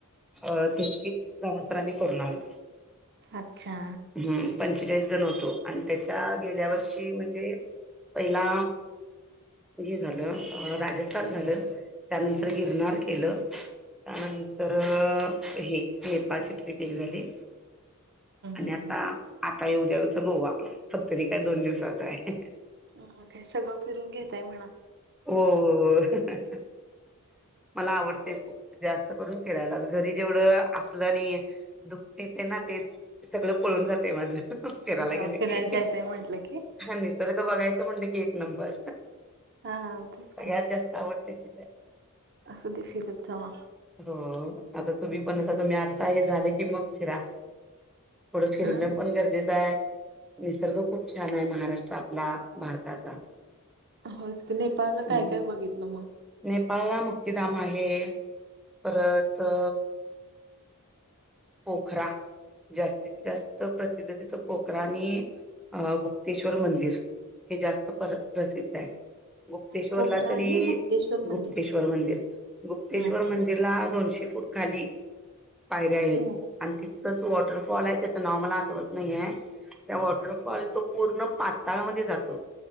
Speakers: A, in the centre; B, on the right.
A: अ तेहतीस गावतरं आही करून आलो.
B: अच्छा!
A: हूं पंचेचाळीस जण होतो, आण त्याच्या गेल्या वर्षी म्हणजे. पहिला हे झालं अ राजस्थान झालं. त्यानंतर गिरनार केलं. त्यानंतर हे नेपाळची ट्रिप एक झाली. आणि
B: हम्म
A: आता आता ये उद्याच गोवा, फक्त तरी काय दोन दिवसाच आहे.
B: अ म काय सगळं फिरून घेताय म्हणा.
A: हो हो हो! मला आवडते जास्त करून फिरायला, घरी जेवढं असलं आणि दुखते ते ना ते सगळं पळून जातेयं माझं, फिरायला
B: बा
A: गेलं
B: फिरायला
A: की.
B: जायचंय म्हंटलं की
A: ह निसर्ग बघायच म्हणलं की एक नंबर.
B: हा! तेच
A: सगळ्यात जास्त आवडतेची.
B: असु दे फिरत! चवा!
A: हो आता तुम्ही पण, आता तुम्ही आत्ता हे झाले की मग फिरा. थोडं फिरणं
B: ह
A: पन गरजेचं आहे. निसर्ग खूप छान आहे, महाराष्ट्र आपला भारताचा.
B: होचं की नेपाळला
A: हम्
B: काय काय बघितलं म.
A: नेपाळला मुक्तीधाम आहे. परत अ पोखरा. जास्तीत जास्त प्रसिद्ध तिथं पोखरा आणि गुप्तेश्वरमंदिर. हे जास्त पर प्रसिद्ध आहे. गुप्तेश्वरला
B: कोकरा
A: तरी
B: आणि गुप्तेश्वर
A: गुप्तेश्वर
B: मंदिर.
A: मंदिर, गुप्तेश्वर
B: अच्छा
A: मंदी रला दोनशे फूट खाली पायऱ्या आहेत.
B: हम्म
A: आणि तिथचंच वॉटरफॉल आहे. त्याचं नाव मला आठवत नाही आहे त्या वॉटरफॉल तो पूर्ण पाताळामध्ये जातो.